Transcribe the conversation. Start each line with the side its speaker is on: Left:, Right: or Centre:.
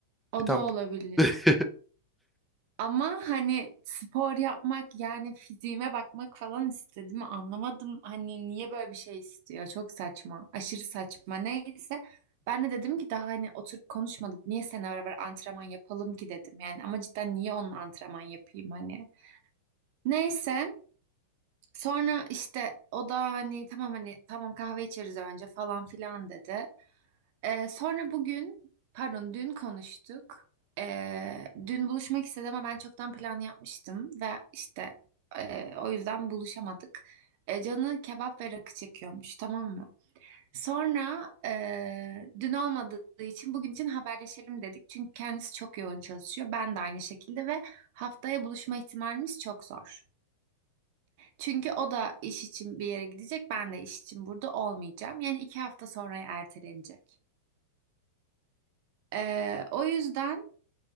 Right: O
Centre: E tam
Right: da olabilir.
Centre: <laughs>
Right: Ama hani spor yapmak yani fiziğime bakmak falan istedim. Anlamadım hani niye böyle bir şey istiyor. Çok saçma. Aşırı saçma. Neyse ben de dedim ki daha hani oturup konuşmadık. Niye seninle beraber antrenman yapalım ki dedim. Yani ama cidden niye onunla antrenman yapayım hani. Neyse sonra işte o da hani tamam hani tamam kahve içeriz önce falan filan dedi. Ee, sonra bugün, pardon dün konuştuk. Ee, dün buluşmak istedi ama ben çoktan plan yapmıştım ve işte e, o yüzden buluşamadık. E, canı kebap ve rakı çekiyormuş, tamam mı? Sonra e, dün olmadığı için bugün için haberleşelim dedik. Çünkü kendisi çok yoğun çalışıyor. Ben de aynı şekilde ve haftaya buluşma ihtimalimiz çok zor. Çünkü o da iş için bir yere gidecek, ben de iş için burada olmayacağım. Yani iki hafta sonra ertelenecek. Ee, o yüzden